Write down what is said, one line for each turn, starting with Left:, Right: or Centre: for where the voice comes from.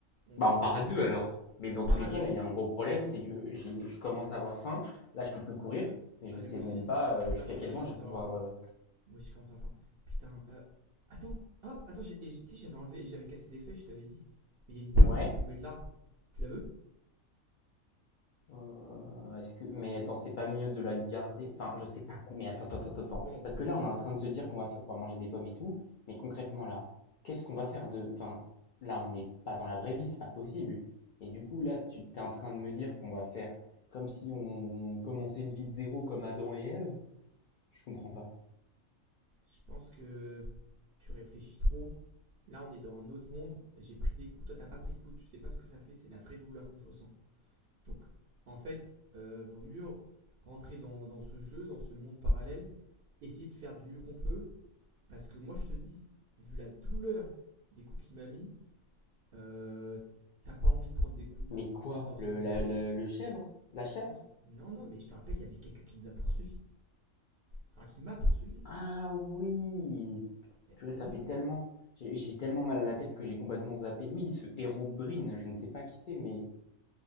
Right: On...
Left: Bah, on part
Right: On,
Left: à
Right: conna-
Left: deux alors. Mais
Right: on
Left: dans
Right: part
Left: tous les
Right: à
Left: cas,
Right: deux.
Left: là, il y a un gros problème, c'est que j'ai, je commence à avoir faim. Là, je peux plus courir, mais je
Right: Ah mais
Left: sais
Right: moi aussi.
Left: même pas euh,
Right: Putain
Left: jusqu'à
Right: moi aussi
Left: quel point
Right: je commence
Left: je vais pouvoir.
Right: à avoir faim.
Left: euh,
Right: Moi aussi, je commence à la fin. Putain, euh, attends, hop, attends, j'ai- tu sais, j'avais enlevé, j'avais cassé des feuilles, je t'avais dit. Mais il y a une pomme
Left: Ouais.
Right: qui est tombée de l'arbre. Tu la veux
Left: Euh, Euh, Est-ce que, mais attends, c'est pas mieux de la garder? Enfin, je sais pas. Mais attends, attends, attends, attends.
Right: Pourquoi on pourrait
Left: Parce que là,
Right: la garder
Left: on est en train de se dire qu'on va, fa- qu'on va manger des pommes et tout. Mais concrètement, là, qu'est-ce qu'on va faire de. Enfin, là, on n'est pas dans la vraie vie, c'est pas possible. Et du coup, là, tu t'es en train de me dire qu'on va faire comme si on, on commençait une vie de zéro comme Adam et Ève? Je comprends pas.
Right: Je pense que tu réfléchis trop. Là, on est dans un autre monde. J'ai pris des coups, toi, t'as pas pris de coups, tu sais pas ce que ça fait, c'est la vraie douleur que je ressens. Donc, en fait, euh, vaut mieux rentrer dans, dans ce jeu, dans ce monde parallèle, essayer de faire du mieux qu'on peut. Parce que moi, je te dis, vu la douleur des coups qu'il m'a mis, euh, t'as pas envie de prendre des coups
Left: Mais quoi?
Right: dans ce
Left: Le,
Right: monde
Left: la-
Right: parallèle.
Left: le, le chèvre? La chèvre?
Right: Non, non, mais je te rappelle, il y avait quelqu'un qui nous a poursuivi, Enfin, qui m'a poursuivi.
Left: Ah oui!
Right: Et,
Left: Purée,
Right: et
Left: ça
Right: oui.
Left: fait tellement. J'ai j'ai tellement mal à la tête que j'ai complètement zappé. Oui, ce héros Brin, je ne sais pas qui c'est, mais.